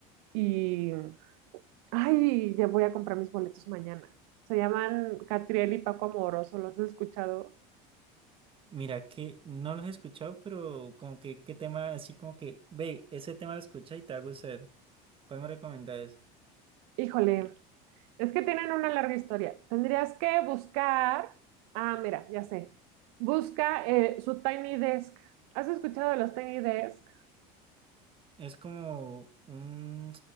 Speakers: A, on the right; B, on the right.
A: y ay, ya voy a comprar mis boletos mañana. Se llaman Catriel y Paco Amoroso, ¿los he escuchado?
B: Mira que no los he escuchado, pero como que qué tema así como que, ve, ese tema lo escucha y te va a gustar. ¿Cuál me recomendás?
A: Híjole, es que tienen una larga historia. Tendrías que buscar, ah, mira, ya sé, busca eh, su Tiny Desk. ¿Has escuchado de los Tiny Desk?
B: Es como un,